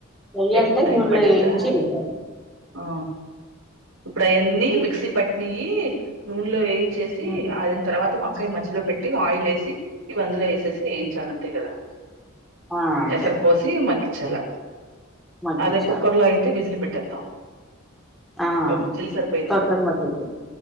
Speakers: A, in the centre; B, on the right.
A: ఫ్రై
B: ఎక్కువ
A: అంటే
B: టైం
A: నూనెలో
B: పట్టిందా
A: వేయించి వేయాలి
B: ఆ ఇప్పుడు అవన్నీ మిక్సీ పట్టినయి నూనెలో ఏయి చేసి
A: ఉమ్
B: ఆరిన తర్వాత మా కానీ మధ్యలో పెట్టి ఆయిల్ వేసి ఇవి అందులో వేసేసి ఏచాలి అంతే కదా
A: ఆ అంతే
B: ఏసారి పోసి మగ్గి చల
A: మగ్గిచ్చారు
B: అదే కుక్కర్ లో అయితే విజిలి పెట్టేత్తాం
A: ఆ
B: ఒక విజిల్ సరిపోయిద్ది
A: కొబారి
B: కదా
A: <unintelligible>